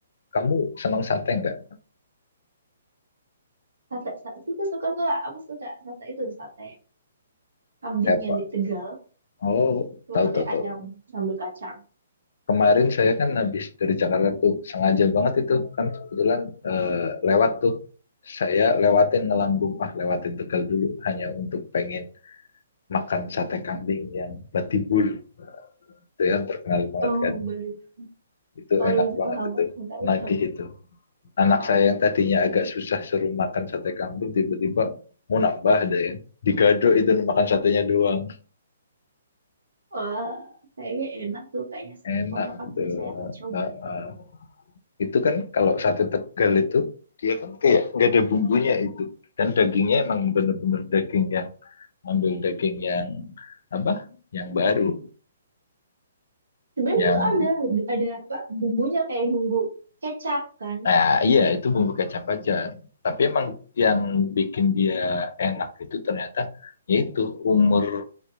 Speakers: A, on the left; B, on the right.
A: kamu senang sate nggak
B: Sate, sate, suka, suka, suka. Aku suka sate itu, sate. kambing
A: Eh, Apa?
B: yang di Tegal
A: Oh,
B: cuma
A: tahu
B: sate
A: tahu
B: ayam
A: tahu.
B: sambal kacang
A: Kemarin saya kan habis dari Jakarta tuh sengaja banget itu kan kebetulan eh, lewat tuh. Saya lewatin ngelambung ah lewatin Tegal dulu hanya untuk pengen makan sate kambing yang Batibul itu yang terkenal banget
B: oh
A: kan.
B: baru
A: Itu
B: oh
A: enak
B: iya
A: banget
B: paham
A: itu.
B: paham tahu
A: Nagih
B: tahu
A: itu. Anak
B: Ah,
A: saya yang tadinya agak
B: kayak
A: susah suruh makan sate kambing tiba-tiba mau nambah deh. Digado itu makan satenya doang.
B: wah kayaknya enak tuh kayaknya
A: Enak
B: sa- kapan-kapan
A: gitu.
B: mungkin saya akan coba
A: Heeh. itu kan kalau sate Tegal itu dia kan kayak nggak ada bumbunya itu dan dagingnya emang benar-benar daging yang ambil daging yang apa yang baru
B: sebenarnya
A: yang
B: itu ada ada apa bumbunya kayak bumbu kecap kan
A: nah iya itu bumbu kecap aja tapi emang yang bikin dia enak itu ternyata yaitu umur